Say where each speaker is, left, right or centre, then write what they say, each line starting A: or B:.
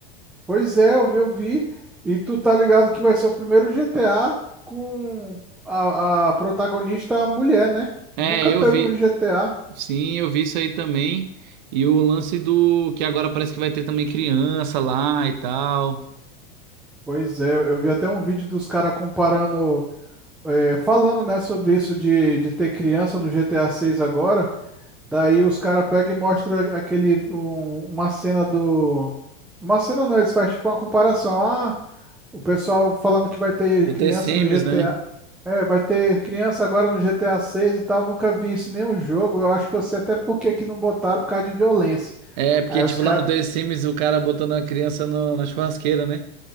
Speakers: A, in the centre; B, on the right.
A: Pois é, eu vi, eu vi. E tu tá ligado que vai ser o primeiro GTA com a, a protagonista mulher, né?
B: É,
A: Nunca
B: eu
A: teve
B: vi.
A: um GTA.
B: Sim, eu vi isso aí também. E o lance do que agora parece que vai ter também criança lá e tal.
A: Pois é, eu vi até um vídeo dos caras comparando, é, falando, né, sobre isso de, de ter criança no GTA 6 agora. Daí os caras pegam e mostram aquele, um- uma cena do... Uma cena não, eles fazem tipo uma comparação. Ah, O pessoal falando que vai ter
B: O
A: criança
B: The Sims,
A: no GTA.
B: né?
A: É, vai ter criança agora no GTA seis e tal. Nunca vi isso em nenhum jogo. Eu acho que eu sei até por que que não botaram por causa de violência.
B: É, é porque
A: Aí os
B: tipo
A: caras.
B: lá no The Sims o cara botando a criança no- na churrasqueira, né?